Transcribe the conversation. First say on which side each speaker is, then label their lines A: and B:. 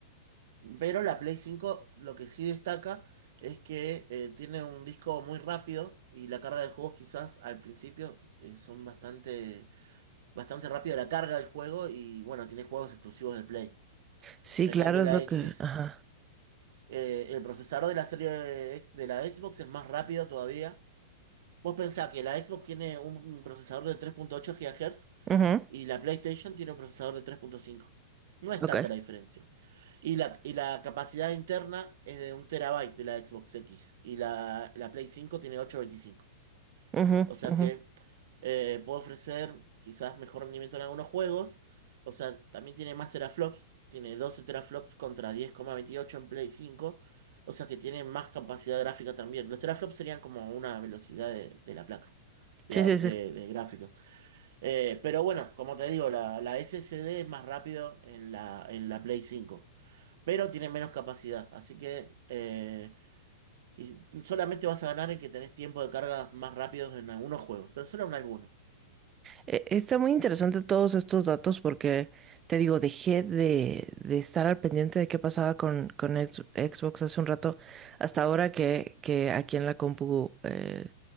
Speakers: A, on the right; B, on the right.
A: Pero la Play 5, lo que sí destaca es que eh, tiene un disco muy rápido y la carga de juegos quizás al principio eh, son bastante, bastante rápida la carga del juego y bueno, tiene juegos exclusivos de Play.
B: sí,
A: En
B: claro,
A: cambio la
B: es lo que.
A: X,
B: Ajá.
A: eh, el procesador de la serie de, de la Xbox es más rápido todavía Vos pensás que la Xbox tiene un procesador de 3.8 GHz
B: Ujú,
A: y la PlayStation tiene un procesador de 3.5. No es
B: Ok.
A: tanta la diferencia. Y la, y la capacidad interna es de un terabyte de la Xbox X. Y la, la Play 5 tiene 825.
B: Ujú,
A: O sea
B: ujú.
A: que eh, puedo ofrecer quizás mejor rendimiento en algunos juegos. O sea, también tiene más teraflops. Tiene 12 teraflops contra 10,28 en Play 5. O sea que tiene más capacidad gráfica también. Los teraflops serían como una velocidad de de la placa de,
B: Sí,
A: au-
B: sí,
A: de-
B: sí.
A: de gráfico. Eh, pero bueno, como te digo, la, la SSD es más rápido en la, en la Play 5, pero tiene menos capacidad. Así que eh, quiz- solamente vas a ganar en que tenés tiempo de carga más rápidos en algunos juegos, pero solo en algunos.
B: Eh, está muy interesante todos estos datos porque, te digo, dejé de, de estar al pendiente de qué pasaba con, con ex- Xbox hace un rato, hasta ahora que, que aquí en la compu eh,